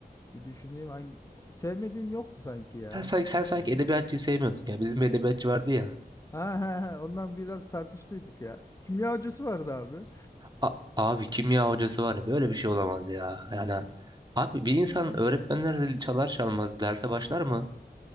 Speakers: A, on the left; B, on the right.
A: bir düşüneyim hangi sevmediğim yoktu sanki ya.
B: Sen, sanki- sen sanki edebiyatçıyı sevmiyordun ya. Bizim bir edebiyatçı vardı ya.
A: Ha ha ha ondan biraz tartıştıydık ya. Kimya hocası vardı abi.
B: A- abi kimya hocası var ya böyle bir şey olamaz ya. Yani abi bir insan öğretmenler zili çalar çalmaz derse başlar mı?